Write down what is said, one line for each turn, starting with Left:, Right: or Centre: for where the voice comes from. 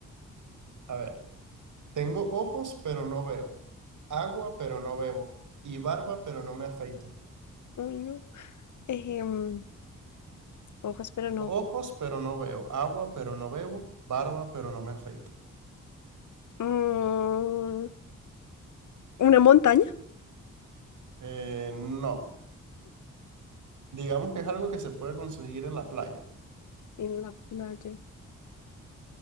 Right: A ver. Tengo ojos, pero no veo. Agua, pero no bebo. Y barba, pero no me afeito.
Left: Uy, no. Ejem, hojas, pero no.
Right: Ojos, pero no veo. Agua, pero no bebo. Barba, pero no me afeito.
Left: Mm, ¿una montaña?
Right: Eh, no. Digamos que es algo que se puede conseguir en la playa.
Left: En la playa.